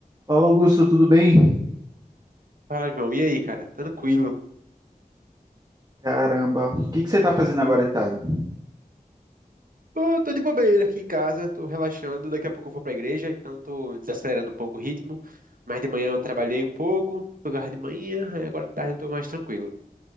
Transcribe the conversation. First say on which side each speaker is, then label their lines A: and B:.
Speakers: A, on the right (about 25°); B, on the right (about 70°).
A: Fala, Augusto, tudo bem?
B: Fala, João. E aí, cara? Tranquilo?
A: Caramba, o que que você está fazendo agora de tarde?
B: Tô, tô de bobeira aqui em casa, tô relaxando. Daqui a pouco eu vou pra igreja, então tô desacelerando um pouco o ritmo. Mas de manhã eu trabalhei um pouco, pegar de manhã, aí agora de tarde eu tô mais tranquilo.